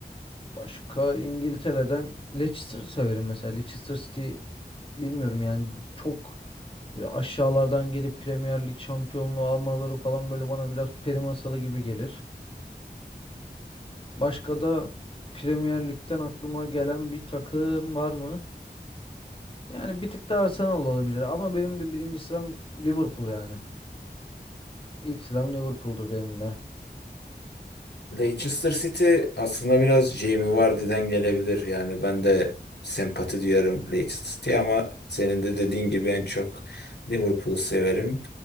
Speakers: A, on the left; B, on the left.
A: Başka İngiltere'den Leicester'ı severim mesela. Leicester City bilmiyorum yani çok böyle aşağılardan gelip Premier Lig şampiyonluğu almaları falan böyle bana biraz peri masalı gibi gelir. Başka da Premier Lig'den aklıma gelen bir takım var mı? Yani bir tık da Arsenal olabilir ama benim de birinci sıram Liverpool yani. İlk sıram Liverpool'dur benim de.
B: Leicester City aslında biraz Jamie Vardy'den gelebilir. Yani ben de sempati duyarım Leicester City'ye ama senin de dediğin gibi en çok Liverpool'u severim.